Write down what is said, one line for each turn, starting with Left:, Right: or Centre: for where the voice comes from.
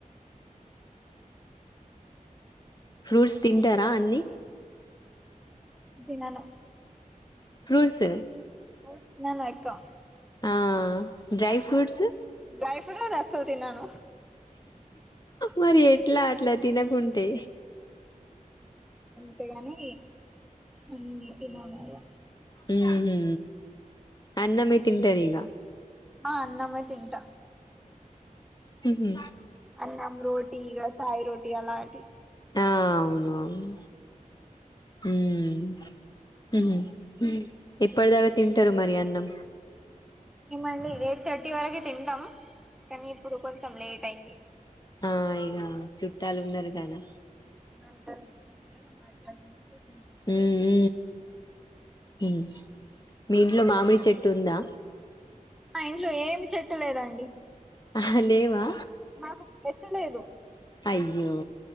Left: ఫ్రూట్స్ తింటారా అన్నీ
Centre: తినను
Left: ఫ్రూట్స్
Centre: ఫ్రుట్స్ తినను ఎక్కువ
Left: ఆ డ్రై ఫ్రూట్స్
Centre: డ్రై ఫ్రూట్స్ ఐతే అసల్ తినను
Left: మరి ఎట్లా అట్ల తినకుంటే
Centre: అంతే గానీ అన్నీ తినను ఇగ
Left: ఉమ్ హు అన్నమే తింటది ఇగ
Centre: ఆ అన్నమే తింటా
Left: హు హు
Centre: అన్నం రోటీ ఇగ తాయి రోటీ అలాంటివి
Left: ఆ అవును అవును హ్మ్ ఎప్పటి దాకా తింటరు మరి అన్నం
Centre: మేమండి ఎయిట్ థర్టీ వరకె తింటం కనీ ఇప్పుడు కొంచెం లేట్ అయింది
Left: ఆహ్ ఇగా చుట్టాలు ఉన్నారు గదా
Centre: అందరూ తిన్నారా మాట్లాడుకుంటూ కూర్చున్నాం
Left: మ్ మ్ మీ ఇంట్లో మామిడి చెట్టు ఉందా
Centre: మా ఇంట్లో ఏమి చెట్టు లేదండి
Left: అహా లేవా
Centre: మాకు ప్లేసే లేదు
Left: అయ్యో